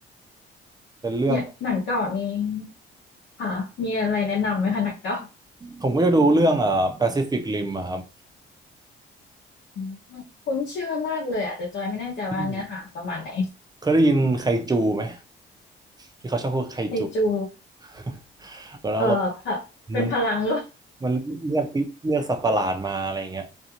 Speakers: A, on the right (about 20°); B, on the left (about 65°).
A: เป็นเรื่อง
B: เนี่ยหนังเก่านี้ค่ะมีอะไรแนะนำไหมคะหนังเก่า
A: ผมก็จะดูเรื่องเอ่อ Pacific Rim อะครับ
B: อืมคุ้นชื่อมากเลยอ่ะแต่จอยไม่แน่ใจว่าเนื้อหาประมาณไหน
A: อืมเคยได้ยินไคจูไหมที่เขาชอบพูดไคจู
B: ไคจู
A: <laughs> แล้วเรา
B: เอ่อพะเป็นพลัง
A: เหมือน
B: <laughs> หรือเปล่า
A: มันเรียกเรียกสัตว์ประหลาดมาอะไรเงี้ย